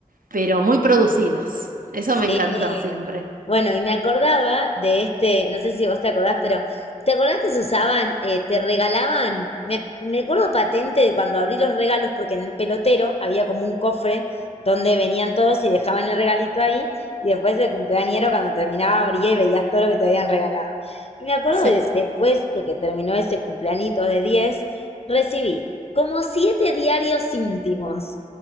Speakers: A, on the right (about 80°); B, on the left (about 45°).
A: pero muy producidos. Eso
B: Sí.
A: me encantó siempre.
B: Bueno, y me acordaba de este, no sé si vos te acordás, pero ¿te acordás que se usaban, eh, te regalaban? Me, me acuerdo patente de cuando abrí los regalos, porque en el pelotero había como un cofre donde venían todos y dejaban el regalito ahí, y después el cumpleañero cuando terminaba abría y veías todo lo que te habían regalado. Y me acuerdo
A: Sí,
B: de- después de que terminó ese cumpleañito de diez recibí como siete diarios íntimos.